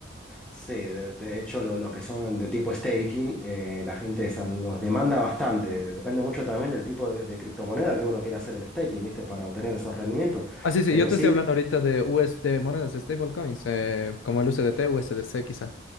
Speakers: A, in the centre; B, on the left.
A: sí, de, de hecho lo- los que son de tipo staking, eh, la gente san- los demanda bastante, depende mucho también del tipo de, de criptomoneda que uno quiera hacer el staking, ¿viste? Para obtener esos rendimientos.
B: Ah, sí, sí,
A: Pero
B: yo te
A: sí,
B: estoy hablando ahorita de USD, monedas stablecoins, eh, como el USDT, USDC quizá.